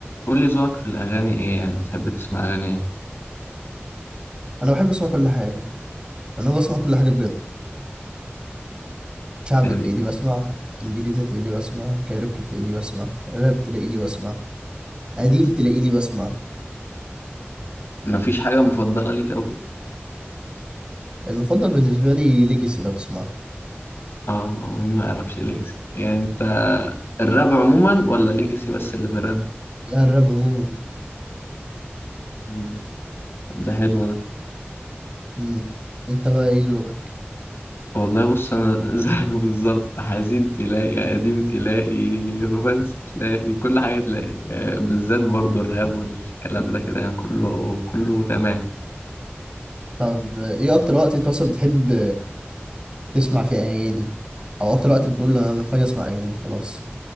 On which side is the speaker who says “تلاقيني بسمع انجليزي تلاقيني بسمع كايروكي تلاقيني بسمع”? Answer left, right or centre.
Right